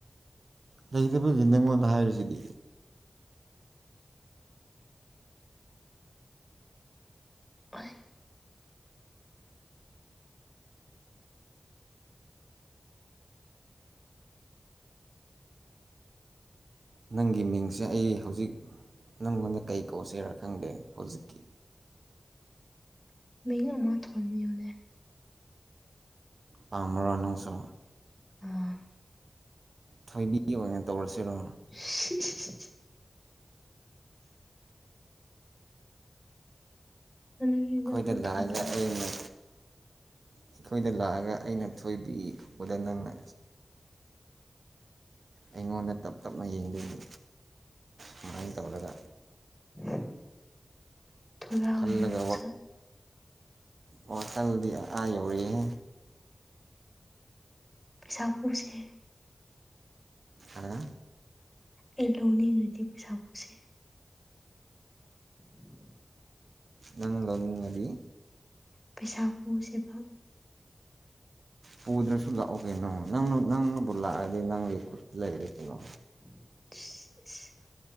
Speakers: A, on the right; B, in the centre.
A: ꯂꯩꯇꯕꯒꯤ ꯅꯉꯣꯟꯗ ꯍꯥꯏꯔꯤꯁꯤꯗꯤ
B: <unintelligible>
A: ꯅꯪꯒꯤ ꯃꯤꯡꯁꯦ ꯑꯩ ꯍꯧꯖꯤꯛ ꯅꯪꯉꯣꯟꯗ ꯀꯩ ꯀꯧꯁꯤꯔ ꯈꯪꯗꯦ ꯍꯧꯖꯤꯛꯀꯤ
B: ꯃꯤꯡ ꯑꯃꯥ ꯊꯣꯟꯕꯤꯌꯣꯅꯦ
A: ꯄꯥꯝꯔꯣ ꯅꯣꯡꯁꯨ
B: ꯎꯝ
A: ꯊꯣꯏꯕꯤ ꯑꯣꯏꯅ ꯇꯧꯔꯁꯤꯔꯣ
B: <unintelligible> ꯑꯗꯨꯗꯤ ꯅꯪꯁꯨ
A: ꯈꯣꯏꯗ ꯂꯥꯛꯑꯒ
B: ꯊꯣꯏꯕ
A: ꯑꯩꯅ ꯑꯩꯈꯣꯏꯗ ꯂꯥꯛꯑꯒ ꯑꯩꯅ ꯊꯣꯏꯕꯤ ꯀꯧꯕꯗ ꯅꯪꯅ ꯑꯩꯉꯣꯟꯗ ꯇꯞ ꯇꯞꯅ ꯌꯦꯡꯗꯣꯏꯅꯤ ꯁꯨꯃꯥꯏ ꯇꯧꯔꯒ
B: <inaudible> ꯍꯔꯥꯎꯋꯦꯗ
A: ꯈꯜꯂꯒ
B: ꯅꯪꯁꯨ
A: ꯋꯥꯈꯜꯗꯤ ꯑꯥ ꯌꯧꯔꯦꯍꯦ
B: ꯄꯩꯁꯥ ꯄꯨꯁꯦ
A: ꯍꯥ
B: ꯑꯩ ꯂꯧꯅꯤꯡꯉꯗꯤ ꯄꯩꯁꯥ ꯄꯨꯁꯦ <inaudible>
A: ꯅꯪ ꯂꯧꯅꯤꯡꯉꯗꯤ
B: ꯄꯩꯁꯥ ꯄꯨꯁꯦꯕ
A: ꯄꯨꯗ꯭ꯔꯁꯨ ꯂꯥꯛꯑꯣ ꯀꯩꯅꯣ ꯅꯪꯅ ꯅꯪꯅꯕꯨ ꯂꯥꯛꯑꯗꯤ ꯅꯪꯒꯤ ꯈꯨꯠꯇ ꯂꯩꯔꯦ ꯀꯩꯅꯣ
B: <inaudible>